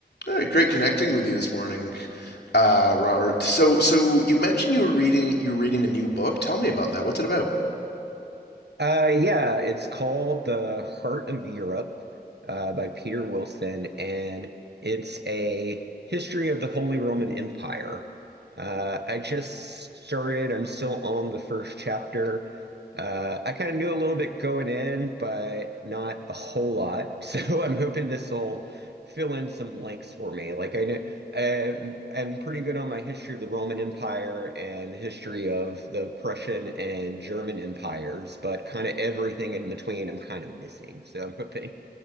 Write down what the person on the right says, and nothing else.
Uh, yeah, it's called The Heart of Europe uh, by Peter Wilson, and it's a history of the Holy Roman Empire. Uh, I just started, I'm still on the first chapter. Uh, I kind of knew a little bit going in, but not a whole lot. <laughs> So I'm hoping this will fill in some blanks for me. Like I know I'm, I'm pretty good on my history of the Roman Empire and the history of the Prussian and German empires, but kind of everything in between I'm kind of missing. So I'm hoping